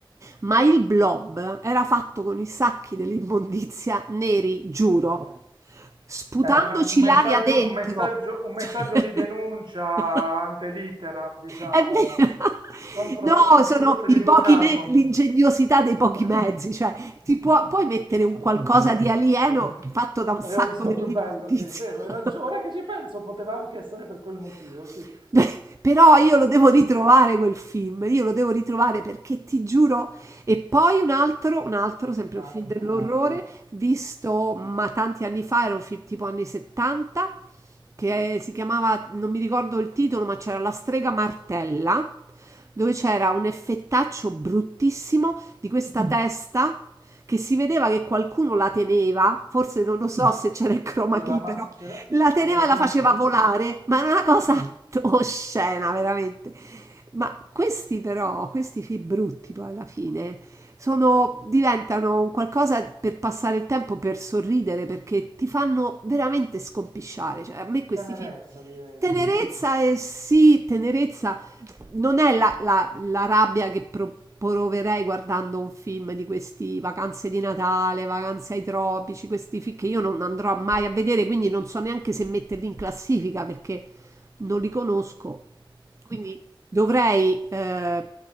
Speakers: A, on the right; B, on the right.
A: ma il blob era fatto con i sacchi dell'immondizia neri, giuro,
B: beh.
A: sputandoci
B: Beh, una- un messaggio,
A: l'aria dentro.
B: un messaggio, un messaggio
A: <laughs>
B: di denuncia ante litteram, diciamo,
A: È vero.
B: contro,
A: No, sono
B: per, per
A: i
B: il low
A: pochi
B: carbon.
A: me- l'ingegnosità dei pochi
B: <laughs>
A: mezzi, cioè ti può- puoi mettere
B: Ma
A: un
B: scusami,
A: qualcosa
B: l-
A: di alieno
B: l'avevo
A: fatto da un
B: l'avevo
A: sacco
B: visto
A: dell'immondizia.
B: più bello, sì, è vero.
A: <laughs>
B: hai ragio- ora che ci penso, poteva anche essere per quel motivo,
A: <laughs>
B: sì.
A: Però io lo devo ritrovare quel film, io lo devo ritrovare perché ti giuro. E poi un altro, un altro, sempre
B: Sharknado.
A: un film dell'orrore, visto ma tanti anni fa, era un film tipo anni 70, che si chiamava, non mi ricordo il titolo, ma c'era La strega martella, dove c'era un effettaccio bruttissimo di questa
B: Mm.
A: testa che si vedeva che qualcuno la teneva, forse non lo so se c'era il chroma
B: C'era
A: key,
B: la ma-
A: però
B: c'era,
A: la teneva
B: c'era il
A: e
B: dito
A: la faceva
B: anche.
A: volare, ma è una cosa
B: Ah,
A: <laughs> oscena, veramente. Ma questi però, questi film brutti poi alla fine, sono, diventano un qualcosa per passare il tempo, per sorridere, perché ti fanno veramente scompisciare. Cioè, a me questi
B: tenerezza,
A: film...
B: direi,
A: Tenerezza
B: sì.
A: e sì, tenerezza non è la, la- la rabbia che pro- proverei guardando un film di questi vacanze di Natale, vacanze ai tropici, questi film che io non andrò mai a vedere, quindi non so neanche se metterli in classifica perché non li conosco. Quindi dovrei eh,